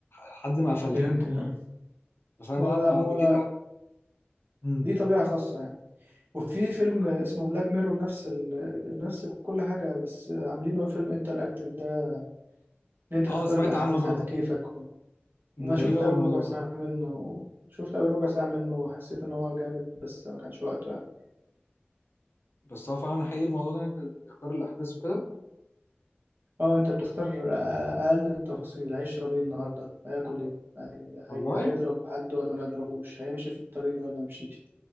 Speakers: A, on the left; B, on the right.
A: لحد ما قفلت
B: فهمت
A: يعني
B: يعني
A: بس انا
B: لا
A: بقى
B: لا
A: بعد
B: هو
A: كده امم
B: ليه طبيعة خاصة يعني وفي فيلم اسمه بلاك ميرور نفس ال... نفس كل حاجة بس عاملينه فيلم انتر اكتف ده ان انت
A: اه
B: تختار
A: سمعت
B: الاحداث
A: عنه برضه
B: على كيفك و...
A: أمم،
B: انا
A: غريب
B: شفت
A: قوي
B: اول
A: الموضوع
B: ربع
A: ده
B: ساعة منه شفت اول ربع ساعة منه وحسيت ان هو جامد بس ما كانش وقته يعني
A: بس هو فعلا حقيقي الموضوع ده إن انت تختار الاحداث وكده
B: اه انت بتختار آه، اقل التفاصيل هيشرب ايه النهارده هياكل ايه هي...
A: والله
B: هي... هيضرب حد ولا ما يضربوش هيمشي في الطريق ده ولا ما يمشيش